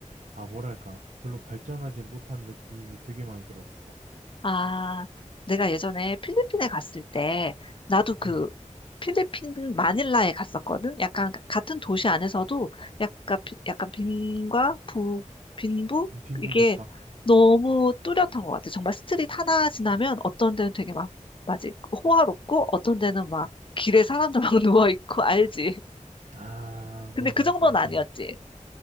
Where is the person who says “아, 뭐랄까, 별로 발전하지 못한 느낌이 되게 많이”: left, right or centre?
Right